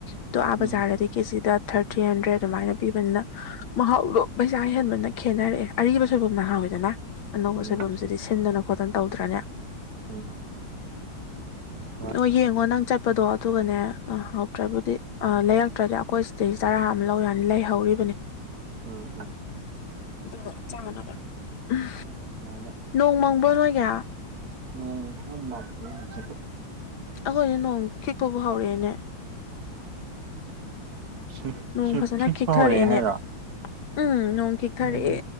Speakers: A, on the left; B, on the right.
A: ꯑꯗꯣ ꯑꯥ ꯕꯖꯥꯔꯗꯗꯤ
B: ꯎꯝ
A: ꯀꯦꯖꯤꯗ ꯊꯥꯔꯇꯤ ꯍꯟꯗ꯭ꯔꯦꯠ ꯑꯗꯨꯃꯥꯏꯅ ꯄꯤꯕꯅꯤꯅ ꯃꯍꯥꯎꯗꯣ ꯄꯩꯁꯥ ꯍꯦꯟꯕꯅ ꯈꯦꯠꯅꯔꯛꯑꯦ ꯑꯔꯤꯕ ꯁꯣꯏꯕꯨꯝꯅ ꯍꯥꯎꯏꯗꯅ ꯑꯅꯧꯕ
B: ꯎꯝ
A: ꯁꯣꯏꯕꯨꯝꯁꯤꯗꯤ ꯁꯤꯟꯗꯅ ꯈꯣꯠꯇꯅ ꯇꯧꯗ꯭ꯔꯅꯦ
B: ꯎꯝ ꯍꯣꯏ
A: ꯑꯣ ꯌꯦꯡꯉꯣ ꯅꯪ ꯆꯠ ꯆꯣꯠꯄꯗꯣ ꯑꯗꯨꯒꯅꯦ ꯍꯧꯗ꯭ꯔꯕꯨꯗꯤ ꯂꯩꯔꯛꯇ꯭ꯔꯗꯤ ꯑꯩꯈꯣꯏ ꯁꯤꯗꯩꯁꯤ ꯆꯔꯥ ꯑꯃ ꯂꯧ ꯌꯥꯅꯤ ꯂꯩꯍꯧꯔꯤꯕꯅꯦ
B: ꯎꯝ ꯎꯝ
A: ꯑꯗꯨꯒ ꯆꯅꯕ ꯎꯝ
B: ꯑꯗꯨꯃꯥꯏꯅ
A: ꯅꯣꯡ ꯃꯪꯕ꯭ꯔꯣ ꯅꯣꯏꯒꯌꯥ
B: ꯎꯝ ꯈꯔ ꯃꯪꯉꯦ ꯉꯁꯤꯗꯤ
A: ꯑꯩꯈꯣꯏꯗꯤ ꯅꯣꯡ ꯈꯤꯛꯄꯕꯨ ꯍꯧꯔꯛꯑꯦꯅꯦ
B: ꯁꯤ
A: ꯅꯣꯡ
B: ꯁꯤ
A: ꯐꯖꯅ
B: ꯁꯤ
A: ꯈꯤꯛꯊꯔꯛꯑꯦꯅꯦ
B: ꯍꯧꯔꯛꯑꯦ ꯍꯥꯏꯔꯣ
A: ꯎꯝ ꯅꯣꯡ ꯈꯤꯛꯊꯔꯛꯑꯦ
B: ꯎꯝ